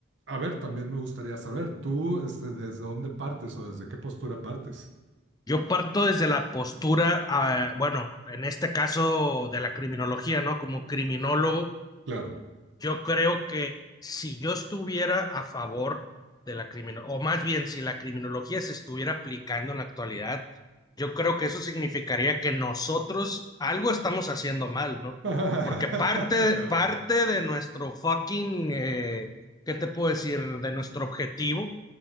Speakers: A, on the right; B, on the left.
A: a ver, también me gustaría saber, ¿tú este, desde dónde partes o desde qué postura partes?
B: Yo parto desde la postura, ah, bueno, en este caso de la criminología, ¿no? Como criminólogo,
A: Claro.
B: Yo creo que si yo estuviera a favor de la criminología, o más bien si la criminología se estuviera aplicando en la actualidad, yo creo que eso significaría que nosotros algo estamos haciendo mal, ¿no?
A: <laughs>
B: Porque parte,
A: Bueno,
B: parte de nuestro fucking, eh, ¿qué te puedo decir? De nuestro objetivo